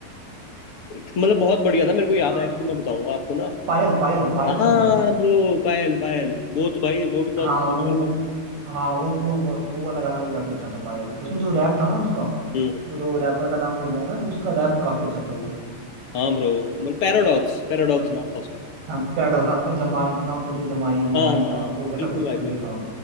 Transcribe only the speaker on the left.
मतलब बहुत बढ़िया था मेरे को याद
आएगा तो मैं बताऊंगा आपको ना
हाँ
ब्रो पायल पायल वो तो भाई वो भी बहुत
बढ़िया
मेरे को
हम्म
हाँ ब्रो मतलब पैराडॉक्स पैराडॉक्स
नाम था उसका
हाँ
हाँ
हाँ
बिल्कुल
भाई
बिल्कुल